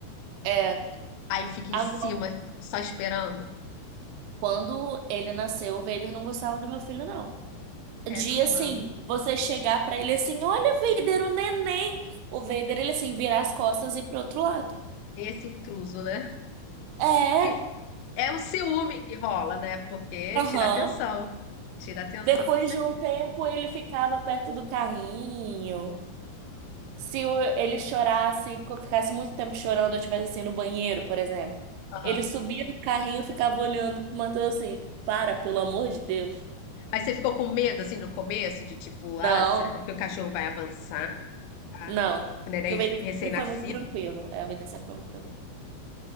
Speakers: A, on the right; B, on the left.
A: É.
B: Aí fica
A: Agora,
B: em cima, só esperando.
A: quando ele nasceu, o Vader não gostava do meu filho, não.
B: É
A: de
B: normal.
A: assim, você chegar pra ele assim, olha, Vader, o neném. O Vader, ele assim, virar as costas e ir pro outro lado.
B: Esse intruso, né?
A: É,
B: Que é um ciúme que rola, né? Porque
A: aham.
B: tira atenção. Tira atenção
A: Depois
B: com certeza.
A: de um tempo, ele ficava perto do carrinho. Se o- ele chorasse, co- ficasse muito tempo chorando, eu estivesse assim no banheiro, por exemplo,
B: Aham.
A: ele subia no carrinho e ficava olhando pro Matheus assim, para, pelo amor de Deus.
B: Mas você ficou com medo, assim, no começo, de tipo,
A: Não,
B: ah, será que o cachorro vai avançar? Ah,
A: não.
B: o neném
A: Porque o Vader sempre
B: recém-nascido?
A: foi muito tranquilo. É, o Vader sempre foi muito tranquilo.